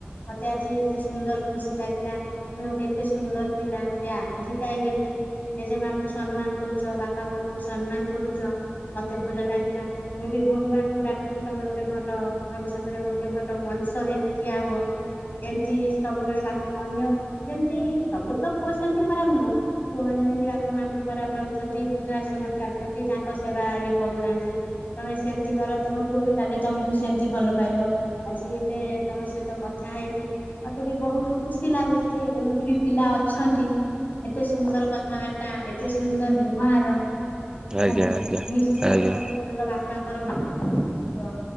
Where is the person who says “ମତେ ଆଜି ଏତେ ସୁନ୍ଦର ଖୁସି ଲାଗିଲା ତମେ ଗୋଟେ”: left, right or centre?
Left